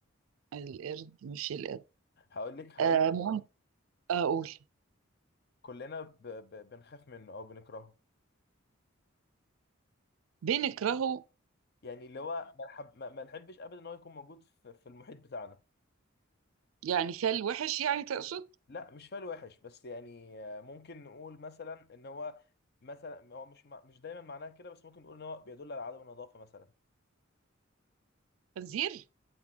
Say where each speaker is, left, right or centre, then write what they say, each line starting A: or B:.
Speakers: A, on the right; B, on the left.
A: القرد مش القرد
B: هقول لك هقول
A: آه مهم
B: لك
A: آه قول
B: كلنا ب- ب- بنخاف منه او بنكرهه
A: بنكرهه
B: يعني اللي هو ما نحب ما ما نحبش ابدا ان هو يكون موجود في في المحيط بتاعنا
A: يعني فال وحش يعني تقصد
B: لا مش فعل وحش بس يعني آه، ممكن نقول مثلا ان هو مثلا هو مش مع- مش دايما معناها كده بس ممكن نقول ان هو بيدل على عدم النظافه مثلا
A: خنزير